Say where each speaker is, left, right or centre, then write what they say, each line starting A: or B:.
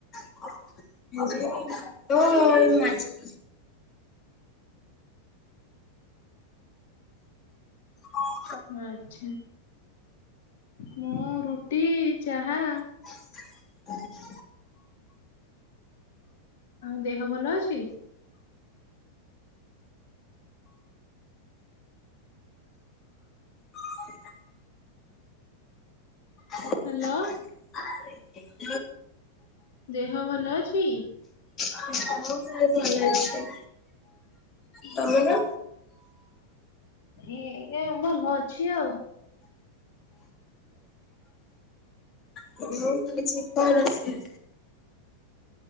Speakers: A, on the left (about 30°); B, on the left (about 55°).
A: ଏଇ ଭାତ ଆଉ ମାଛ ହଁ
B: ଆଛା ମୁଁ ରୁଟି, ଚାହା
A: ହ
B: ଆଉ ଦେହ ଭଲ ଅଛି?
A: ହ ହଁ
B: ହ୍ୟାଲୋ।
A: ହ
B: ଦେହ ଭଲ ଅଛି?
A: ହଁ ଦେହ ଭଲ ଅଛି।
B: ହୁଁ।
A: ତମର?
B: ଏଇ ଆ ଭଲ ଅଛି ଆଉ।
A: ତମର ଆଜି କଣ ରୋଷେଇ?